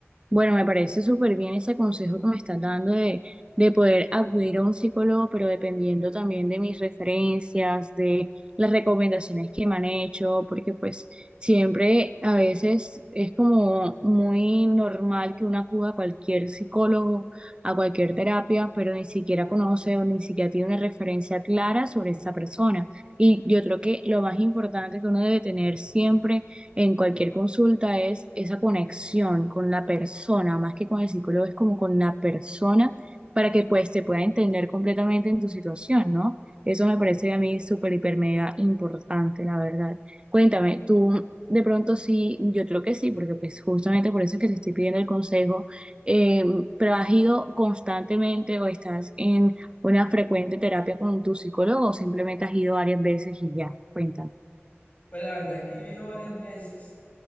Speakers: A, on the right; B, on the left.
A: bueno, me parece súper bien ese consejo que me estás dando de, de poder acudir a un psicólogo, pero dependiendo también de mis referencias, de las recomendaciones que me han hecho, porque pues siempre a veces es como muy normal que uno acuda a cualquier psicólogo, a cualquier terapia, pero ni siquiera conoce o ni siquiera tiene una referencia clara sobre esa persona. Y yo creo que lo más importante que uno debe tener siempre en cualquier consulta es esa conexión con la persona, más que con el psicólogo, es como con la persona para que pues te pueda entender completamente en tu situación, ¿no? Eso me parece a mí súper, hiper, mega importante, la verdad. Cuéntame, tú de pronto sí, yo creo que sí, porque pues justamente por eso es que te estoy pidiendo el consejo, eh, pero has ido constantemente o estás en una frecuente terapia con tu psicólogo o simplemente has ido varias veces y ya, cuéntame.
B: Pues la verdad es que yo he ido varias veces,